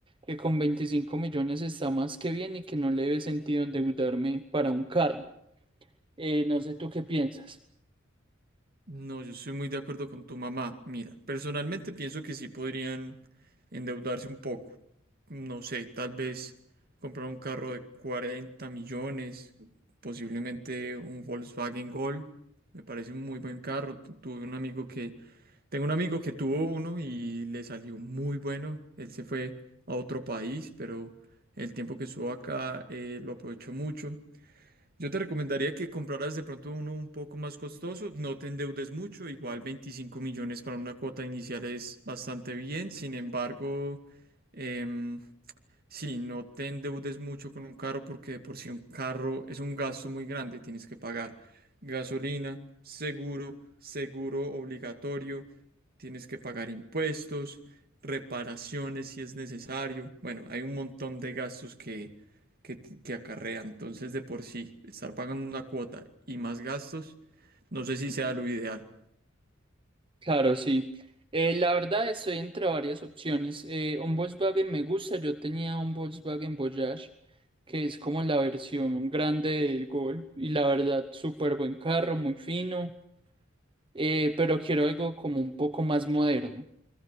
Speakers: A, on the right; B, on the right.
A: que con 25 millones está más que bien y que no le ve sentido endeudarme para un carro. Eh, no sé tú qué piensas.
B: No, yo estoy muy de acuerdo con tu mamá. Mira, personalmente pienso que sí podrían endeudarse un poco. No sé, tal vez comprar un carro de 40 millones, posiblemente un Volkswagen Gol. Me parece un muy buen carro. Tu- Tuve un amigo que Tengo un amigo que tuvo uno y le salió muy bueno. Él se fue a otro país, pero el tiempo que estuvo acá eh, lo aprovechó mucho. Yo te recomendaría que compraras de pronto uno un poco más costoso, no te endeudes mucho, igual 25 millones para una cuota inicial es bastante bien, sin embargo, em, sí, no te endeudes mucho con un carro porque de por sí un carro es un gasto muy grande, tienes que pagar gasolina, seguro, seguro obligatorio, tienes que pagar impuestos, reparaciones si es necesario. Bueno, hay un montón de gastos que, que, t- que acarrea. Entonces, de por sí, estar pagando una cuota y más gastos, no sé si sea lo ideal.
A: Claro, sí. Eh, la verdad estoy entre varias opciones. Eh, un Volkswagen me gusta. Yo tenía un Volkswagen Voyage, que es como la versión grande del Gol. Y la verdad, súper buen carro, muy fino. Eh, pero quiero algo como un poco más moderno.